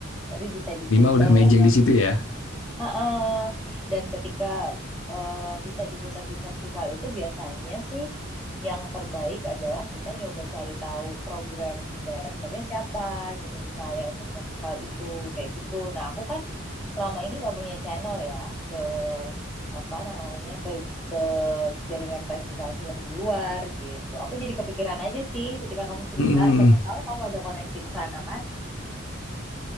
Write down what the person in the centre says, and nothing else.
Tapi bisa diputer
Heeh. Dan ketika eh, bisa diputar di festival itu biasanya sih yang terbaik adalah kita nyoba cari tahu program direkturnya siapa gitu misalnya untuk festival itu kayak gitu. Nah aku kan selama ini nggak punya channel ya ke apa namanya ke ke jaringan festival film di luar gitu. Aku jadi kepikiran aja sih ketika kamu cerita
siapa
tahu kamu ada koneksi ke sana kan?